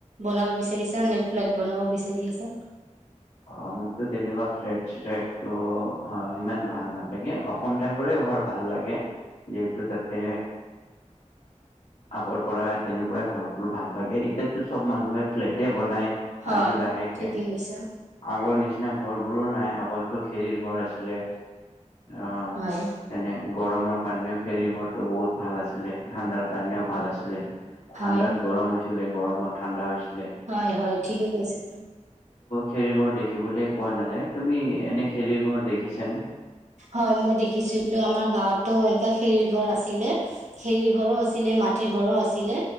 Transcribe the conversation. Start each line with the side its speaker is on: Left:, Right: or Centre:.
Right: বনাব বিচাৰিছা নে ফ্লেট বনাব বিচাৰি আছা?
Left: অ মোকতো তেনেকুৱা ফ্লেট চেল্টটো ইমান ভাল নালাগে অসম টাইপৰে ঘৰ ভাল লাগে যিহেতু তাতে আগৰ পৰা তেনেকুৱাই ঘৰবোৰ ভাল লাগে এতিয়ো চব মানুহে ফ্লেটেই বনাই
Right: হয়
Left: আজি লাহেকে
Right: ঠিকে কৈছা।
Left: আগৰ নিচিনা ঘৰ বোৰো নাই আগতো খেৰ ঘৰ আছে। ছিল অ
Right: হয়
Left: এনে‌ গৰমৰ কাৰণেও খেৰ ঘৰটো বহুত ভাল আছিলে ঠাণ্ডাৰ কাৰণেও ভাল আছিলে।
Right: হয়
Left: ঠাণ্ডাত গৰম হৈছে ছিলে গৰমত ঠাণ্ডা হৈছে
Right: হয় হয় ঠিকেই কৈছে।
Left: খেৰি ঘৰ দেখিবলৈ পোৱা নাযায় তুমি এনে খেৰিৰ ঘৰ দেখিছানে
Right: হয় মই দেখিছিলো আমাৰ গাঁৱতো এনেুৱা খেৰ ঘৰ আছিলে খেৰিৰ ঘৰো আছিলে মাটিৰ ঘৰো আছিলে